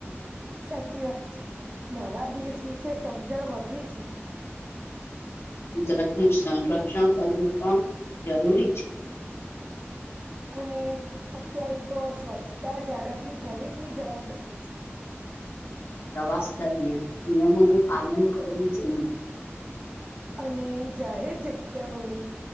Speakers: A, on the right; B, on the left.
A: સાચી વાત છે નવા દેશ વિશે સમજણ વધે છે
B: કુદરતનું સંરક્ષણ કરવું પણ જરૂરી છે
A: અને અત્યારે તો સ્વચ્છતા જાળવવી દરેકની જવાબદારી છે
B: પ્રવાસ દરમિયાન નિયમોનું પાલન કરવું જોઈએ
A: અને જાહેર જગ્યાઓએ